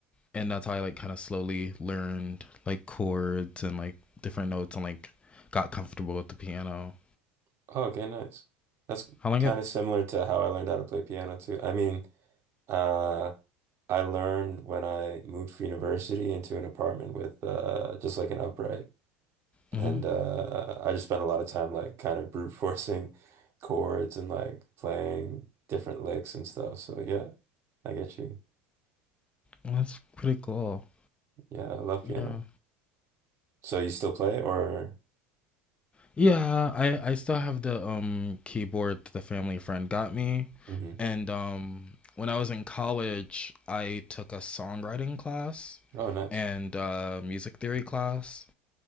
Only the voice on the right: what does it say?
Oh, okay, nice. That's
kind
of similar to how I learned how to play piano too. I mean, uh, I learned when I moved for university into an apartment with uh, just like an upright.
And uh, I just spent a lot of time like kind of brute <laughs> forcing chords and like playing different licks and stuff. So yeah, I get you.
Yeah, I love
piano. So you still play or?
hmm
Oh, nice.